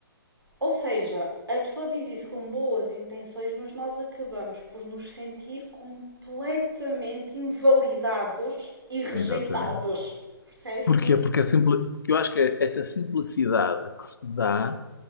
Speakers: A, on the right (about 75°); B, on the left (about 55°).
A: Ou seja, a pessoa diz isso com boas intenções, mas nós acabamos por nos sentir completamente invalidados e rejeitados.
B: exatamente.
A: Percebes?
B: Porquê?
A: Por
B: Porque, a simpli- porque eu acho que essa simplicidade que se dá